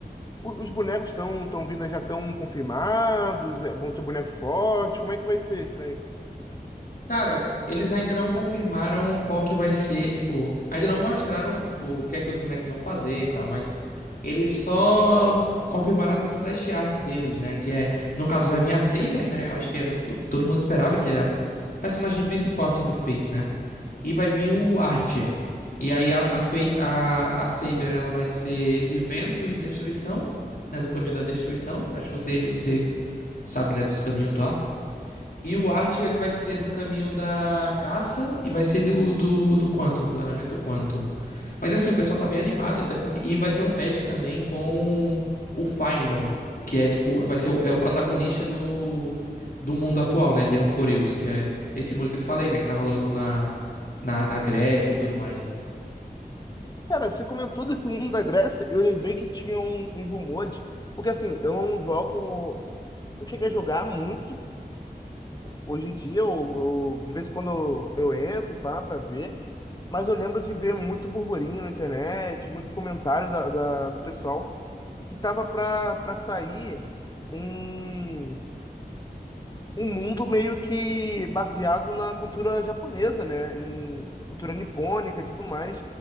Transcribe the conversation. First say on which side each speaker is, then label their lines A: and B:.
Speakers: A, on the left; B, on the left.
A: o- Os bonecos estão tão tão vindo, já estão confirmados? É, Vão ser bonecos fortes? Como é que vai ser isso aí?
B: Cara, eles ainda não confirmaram qual que vai ser, tipo, ainda não mostraram, tipo, o que é que os bonecos vão fazer e tal, mas eles só confirmaram as splash arts deles, né? Que é, no caso, vai vir a Saber, né? Eu acho que era, to- todo mundo esperava que é a personagem principal, assim, do Fate, né? E vai vir o Archer. E aí a, a Fate, a, a Saber, ela vai ser de vento e destruição, né? Do caminho da destruição. Acho que você, você sabe, né? Dos caminhos lá. E o Art, ele vai ser do caminho da caça e vai ser do, do, do Quantum, do elemento Quantum. Mas assim, o pessoal tá bem animado, até porque. E vai ser um patch também com o Fainon, que é tipo. Vai ser o, é o protagonista do, do mundo atual, né? De Amphoreus, que é esse mundo que eu te falei, né? Que tá rolando na, na, na Grécia e tudo mais.
A: Cara, você comentou desse mundo da Grécia, eu lembrei que tinha um- uns rumores, porque assim, eu não jogo, não cheguei a jogar muito. Hoje em dia, eu, eu- de vez em quando eu, eu entro pá, pra ver, mas eu lembro de ver muito burburinho na internet, muito comentário da, da- do pessoal, que tava pra, pra sair um, um mundo meio que baseado na cultura japonesa, né? Em cultura nipônica e tudo mais.